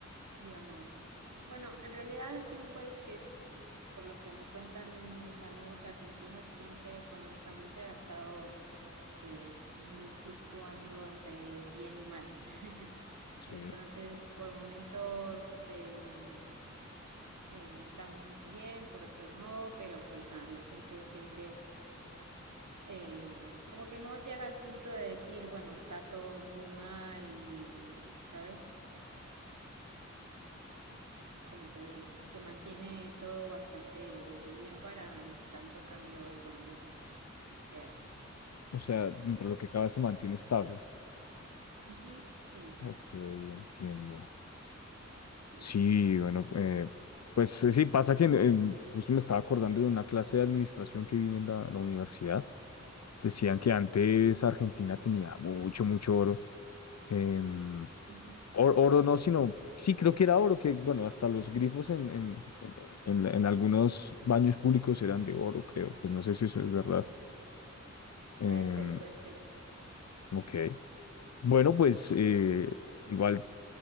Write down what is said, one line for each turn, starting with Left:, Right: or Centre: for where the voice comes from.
Right: digamos, bueno, en realidad ha sido un país que, mm, por lo que me cuentan mis amigos argentinos, siempre económicamente ha estado eh, muy fluctuando entre bien y mal. <laughs>
Left: Sí.
Right: Entonces, por momentos, em, eh, están bien, por otros no, pero pues nada, la gente siempre eh, como que no llega al punto de decir, bueno, está todo muy mal y, ¿sabes? Como que se mantiene todo bastante bien para el tanto cambio económico que hay.
Left: O sea, dentro de lo que cabe se mantiene estable.
Right: Ujú, Sí,
Left: Ok, entiendo.
Right: sí,
Left: Sí,
Right: sí, sí.
Left: bueno, eh, pues eh, sí, pasa que eh, justo me estaba acordando de una clase de administración que vi en la, la universidad. Decían que antes Argentina tenía mucho, mucho oro. em,
Right: ujú,
Left: or- oro no, sino, sí, creo que era oro, que bueno, hasta los grifos en, en, en, en- en- en algunos baños públicos eran de oro, creo. Pues no sé si eso es verdad. Em,
Right: Puede ser, puede ser.
Left: ok. Bueno, pues eh, igual.